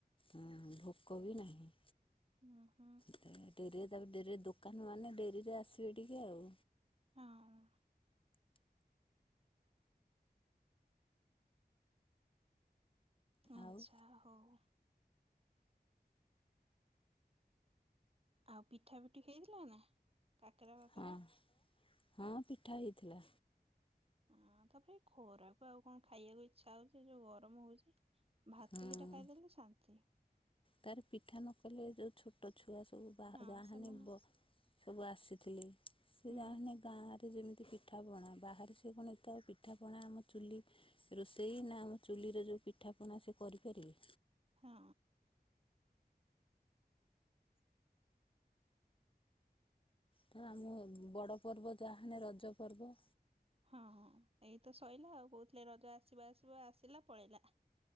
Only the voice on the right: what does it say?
ଉଁ ହୁଁ।
ହଁ। ଆଚ୍ଛା
ହଉ। ଆଉ ପିଠା ପିଠି ହେଇଥିଲା ନା କାକରା ଫାକେରା?
ହଁ ତାପରେ ଖରାକୁ ଆଉ କଣ ଖାଇବାକୁ ଇଚ୍ଛା ହଉଛି ଯୋଉ ଗରମ ହଉଛି। ଭାତ
ଦିଟା ଖାଇଦେଲେ ଶାନ୍ତି।
ହଁ
ସେମାନେ
ହୁଁ
ହଁ।
ହଁ ହଁ ଏଇତ ସଇଲା ଆଉ କହୁଥିଲେ ରଜ ଆସିବ ଆସିବ ଆସିଲା ପଳେଇଲା।